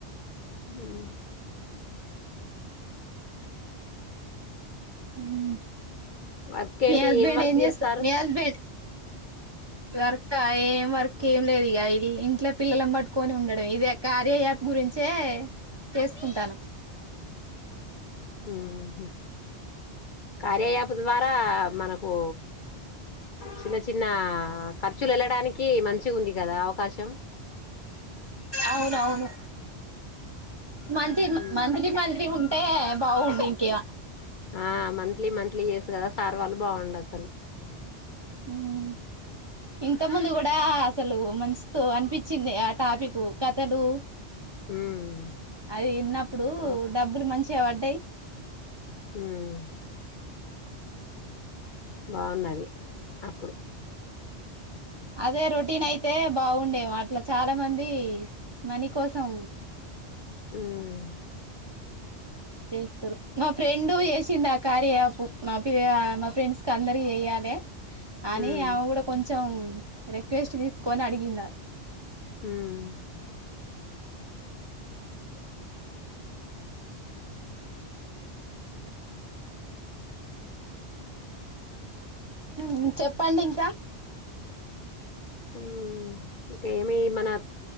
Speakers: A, on the left; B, on the right.
A: ఉమ్.
B: ఉమ్.
A: వర్క్ ఏంటి
B: మీ హస్బెండ్
A: వర్క్
B: ఏం చేస్త
A: చేస్తారు
B: మీ హస్బెండ్. వర్క్ ఆ ఏం వర్క్ ఏం లేదు ఇగ ఇంట్లా పిల్లల్ని పట్టుకొని ఉండడం ఇదే కార్యాయాప్. గురించే చేసుకుంటాను.
A: ఉహు. కార్యయాప్ ద్వారా మనకు. చిన్న చిన్న ఖర్చులేళ్ళడానికి మంచిగ ఉంది కదా అవకాశం.
B: అవునవును. మంతి
A: ఉమ్
B: మంత్లీ మంత్లీ ఉంటే బాగుండు ఇంకా.
A: ఆహ్ మంత్లీ మంత్లీ చేసుకదా సార్ వాళ్ళు బాగుండు అసలు.
B: ఉమ్. ఇంతకు ముందు కూడా అసలు మస్త్ అనిపించింది ఆ టాపికు కథలు.
A: ఉమ్
B: అవి ఇన్నప్పుడు
A: బా
B: డబ్బులు మంచిగ వడ్డయ్.
A: ఉమ్. బావున్నది అప్పుడు.
B: అదే రొటీన్ అయితే బాగుండేమో అట్ల చాలా మంది మనీ కోసం.
A: ఉమ్.
B: చేస్తాలే మా ఫ్రెండ్ చేసింది ఆ కార్యాయ్యాప్ మా పిల్ ఆ మా ఫ్రెండ్స్ కి అందరికి చేయాలి. అని
A: ఉమ్
B: ఆమె కూడా కొంచెం రిక్వెస్ట్ తీసుకొని అడిగిందాది.
A: ఉమ్.
B: ఉమ్ చెప్పండి ఇంకా.
A: ఉమ్ ఇంక ఏమి మనత్.